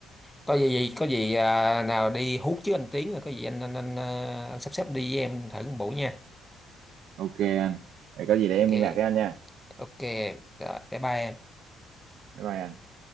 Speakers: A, in the centre; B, on the right.
A: có gì gì có gì à, nào đi hút chứ anh Tiến rồi có gì anh anh anh, à, anh sắp xếp đi với em thử một buổi nha
B: ok anh vậy có gì để em
A: ok
B: liên lạc với anh nha
A: ok rồi, bye bye em
B: bye bye anh